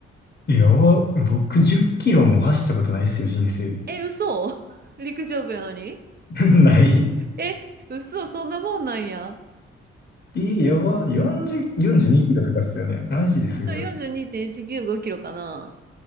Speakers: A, on the left; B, on the right.
A: い。やば。僕10キロも走ったことないっすよ、人生で。
B: え、嘘 <laughs> 陸上部やのに
A: <laughs> ない。
B: え、嘘そんなもんなんや。
A: え、やば。40、42キロとかっすよね。マジですごい。
B: 42.195キロかな。